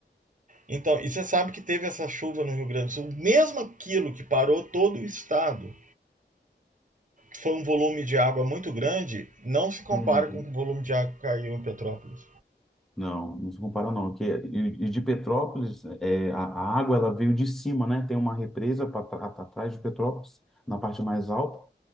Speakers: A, on the right; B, in the centre.
A: Então, e você sabe que teve essa chuva no Rio Grande do Sul, mesmo aquilo que parou todo o estado, foi um volume de água muito grande, não se compara
B: Uhum.
A: com o volume de água que caiu em Petrópolis.
B: Não, não se compara não. Que, é, e, e de Petrópolis, é, a, a água ela veio de cima, né? Tem uma represa pra, tra- at- atrás de Petrópolis, na parte mais alta,